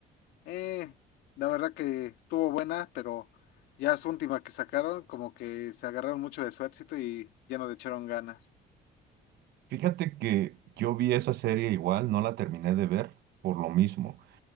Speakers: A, on the left; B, on the right.
A: Eh, la verdad que estuvo buena, pero ya su última que sacaron, como que se agarraron mucho de su éxito y ya no le echaron ganas.
B: Fíjate que yo vi esa serie igual, no la terminé de ver por lo mismo.